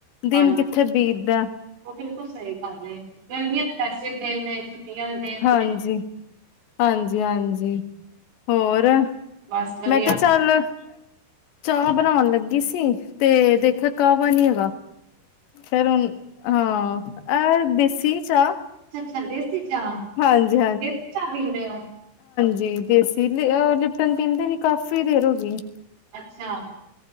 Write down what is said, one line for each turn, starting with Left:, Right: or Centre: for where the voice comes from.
Left: ਦਿਨ
Right: ਹਾਂਜੀ,
Left: ਕਿੱਥੇ ਬੀਤਦਾ
Right: ਉਹ ਬਿਲਕੁਲ ਸਹੀ ਗੱਲ ਹੈ, ਗਰਮੀਆਂ ਤੇ ਵੈਸੇ ਦਿਨ ਨੇ ਛੁੱਟੀਆਂ ਦੇ ਦਿਨ
Left: ਹਾਂਜੀ-ਹਾਂਜੀ-ਹਾਂਜੀ,
Right: ਨੇ।
Left: ਹੋਰ
Right: ਬਸ ਵਧੀਆ
Left: ਮੈਂ ਕਿਹਾ ਚੱਲ ਚਾਹ ਬਣਾਉਣ ਲੱਗੀ ਸੀ ਤੇ ਦੇਖਿਆ ਕਾਹਵਾ ਨਹੀਂ ਹੈਗਾ। ਫਿਰ ਹੁਣ ਹਾਂ ਅਹ ਦੇਸੀ ਚਾਹ।
Right: ਅੱਛਾ ਦੇਸੀ ਚਾਹ
Left: ਹਾਂਜੀ
Right: ਦੇਸੀ ਚਾਹ ਪੀਂਦੇ ਔ।
Left: ਜੀ ਦੇਸੀ ਲਿਆ ਲਿਪਟਨ ਪੀਂਦੇ ਨੀ ਕਾਫੀ ਦੇਰ ਹੋ ਗਈ।
Right: ਅੱਛਾ।